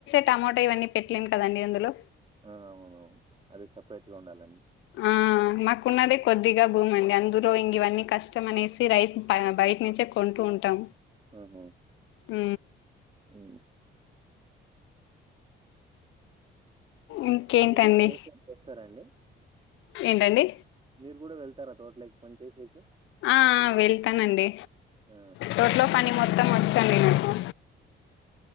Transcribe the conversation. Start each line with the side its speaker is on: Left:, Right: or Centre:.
Left: టమోటో ఇవన్నీ పెట్లేము కదండి అందులో
Right: ఆ అవునవును అది సపరేట్గా ఉండాలండి
Left: ఆ మాకున్నదే కొద్దిగా భూమండి అందులో ఇంగివన్నీ కష్టం అనేసి రైస్ బయట నుంచే కొంటూ ఉంటాం
Right: ఆహా
Left: ఊ
Right: ఊ
Left: ఇంకేంటండి
Right: మీరు గూడా చెస్తారాండి
Left: ఏంటండి
Right: మీరు గూడా వెళ్తారా తోటలేకి పనిచేసేకి
Left: ఆ ఆ వెళ్తనండి
Right: ఆ!
Left: తోట్లో పని మొత్తం వచ్చండి నాకు